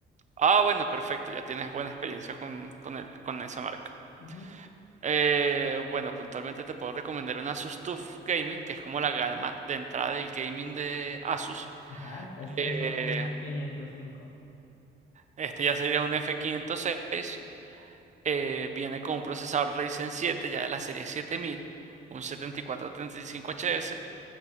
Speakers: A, on the right (about 35°); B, on the left (about 80°).
A: Ah, bueno, perfecto, ya tienes buena experiencia con, con el, con esa marca.
B: Ujú.
A: Eh, bueno, puntualmente te puedo recomendar una Asus TUF Gaming, que es como la gama de entrada del gaming de Asus.
B: Ajá, este
A: Eh,
B: es un 505.
A: este ya sería un F506. eh, viene con un procesador Ryzen siete ya de la serie siete mil un 7435HS.